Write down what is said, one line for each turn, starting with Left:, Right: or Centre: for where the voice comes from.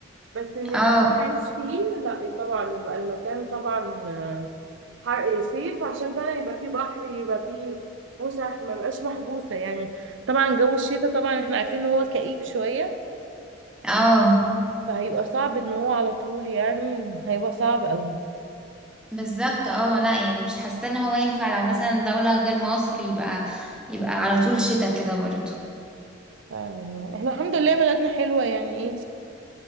Right: بس ان
Centre: اه
Right: مكان اعيش فيه لا إيه طبعا يبقى المكان طبعا آه، حر إيه، صيف عشان فعلا يبقى فيه بحر يبقى فيه فسح ما بقاش محبوسة يعني طبعا جو الشتاء طبعا احنا عارفين ان هو كئيب شوية
Centre: اه
Right: فهيبقى صعب ان هو على طول يعني هيبقى صعب قوي
Centre: بالظبط اه لا يعني مش حاسه ان هو ينفع لو مثلا دوله غير مصر يبقى يبقى على طول شتاء كده برضه
Right: آه، احنا الحمد لله بلدنا حلوة يعني ايه